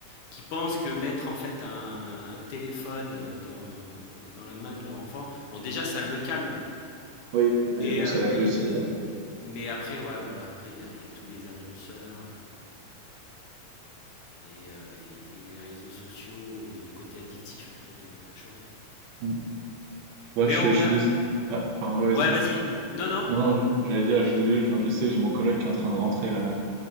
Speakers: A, on the left; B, on the right.
A: qui pensent que mettre en fait un, un- un téléphone euh, dans, dans, dans la main de leur enfant, bon déjà ça le calme,
B: Oui, mais
A: mais,
B: bon,
A: euh,
B: ça l'abrutit.
A: mais,
B: euh.
A: mais après ouais voilà, après il y a, il y a tous les annonceurs euh, et, euh, et, et les réseaux sociaux et le côté addictif après de, de la chose.
B: Mm. Ouais,
A: Mais
B: je, suis
A: on
B: je suis
A: a...
B: dés- Ah, pardon, ouais,
A: Ouais
B: vas-y.
A: vas-y, non non,
B: Non, non, j'allais dire, je suis désolé, je viens te laisser, j'ai mon collègue qui est en train de rentrer là.